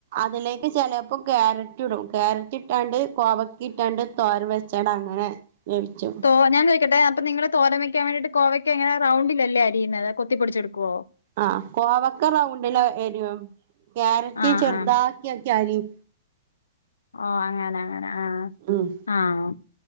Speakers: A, on the right; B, on the left.
A: അതിലേക്ക് ചിലപ്പോ ക്യാരറ്റ് ഇടും ക്യാരറ്റ് ഇട്ടാണ്ട് കോവക്കിം ഇട്ടാണ്ട് തോര വെച്ചാണ്ട് അങ്ങനെ വേവിച്ചും
B: ഓ ഞാൻ ചോയ്ക്കട്ടെ അപ്പ നിങ്ങള് തോരൻ വെക്കാൻ വേണ്ടീട്ട് കോവയ്ക്ക് ങ്ങനെ റൗണ്ടിലല്ലേ അരിയുന്നത് കൊത്തിപ്പൊടിച്ചെടുക്കുവോ
A: ആഹ് കോവക്ക റൗണ്ടിലെ എര്യും ക്യാരറ്റ്
B: ആഹ്
A: ചെറുതാക്കി
B: ആഹ്
A: ക്ക്യരിം
B: ഓ അങ്ങനെ അങ്ങനെ ആഹ്
A: ഉം
B: ആഹ്